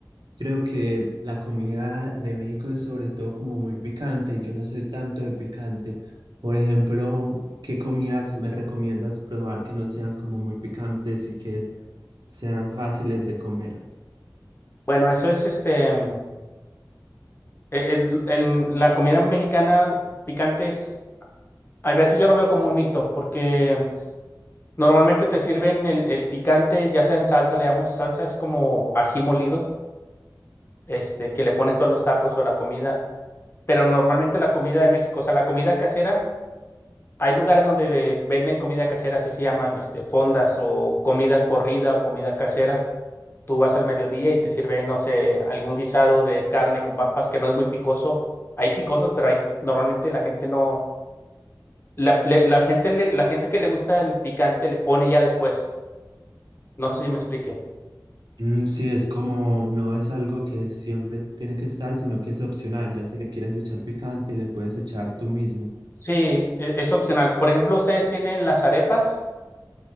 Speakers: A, on the right; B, on the left.
A: creo que la comida de México es sobre todo como muy picante y yo no soy tanto de picante. Por ejemplo, ¿qué comidas me recomiendas probar que no sean como muy picantes y que sean fáciles de comer?
B: bueno, eso es este, el- el- el- la comida mexicana picante es, a veces yo lo veo como un mito, porque Normalmente te sirven el, el picante, ya sea en salsa, le damos salsa, es como ají molido, este, que le pones tú a los tacos o a la comida. Pero normalmente la comida de México, o sea, la comida casera, hay lugares donde de- venden comida casera, así se llaman, este, fondas o comida corrida o comida casera. Tú vas al mediodía y te sirven, no sé, algún guisado de carne con papas que no es muy picoso. Hay picosos, pero hay, normalmente la gente no, la, le- la gente, le- la gente que le gusta el picante le pone ya después. No sé si me explique.
A: Mm, sí, es como no es algo que siempre tiene que estar, sino que es opcional. Ya si le quieres echar picante, le puedes echar tú mismo.
B: Sí, e- es opcional. Por ejemplo, ustedes tienen las arepas.